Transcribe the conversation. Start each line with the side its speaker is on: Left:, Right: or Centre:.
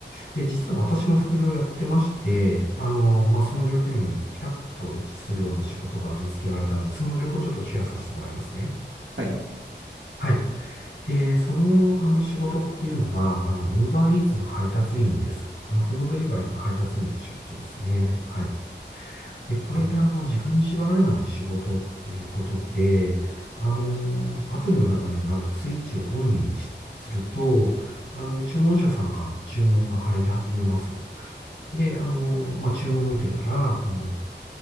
Left: で、実は私も副業やってまして、あのーまあ、その状況にピタッと一致するような仕事が見つけられたんで、その情報をちょっとシェアさせてもらいますね。
Right: はい。
Left: はい。で、その、あの仕事っていうのが、あの、ウーバーイーツの配達員です。あの、フードデリバリーの配達員の仕事ですね。はい。で、これ、
Right: あ
Left: あの、時間に縛られない仕事っていうことで、あの、アプリの中にあるスイッチをオンにしすると、あの、注文者さんからの注文が入り始めます。で、あの、まあ、注文を受けたら、あの、